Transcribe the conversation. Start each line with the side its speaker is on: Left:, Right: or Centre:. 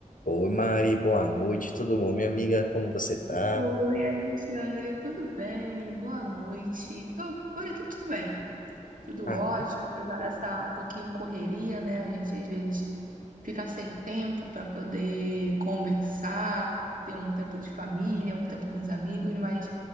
Left: Oi, Mari, boa noite, tudo bom, minha amiga? Como você tá?
Right: Oi, Alexandre, tudo bem? Boa noite. Tô por aqui tudo bem, tudo
Left: Ah,
Right: ótimo, apesar dessa um pouquinho correria, né? A gente às vezes fica sem tempo para poder conversar, ter um tempo de família, um tempo com os amigos, mas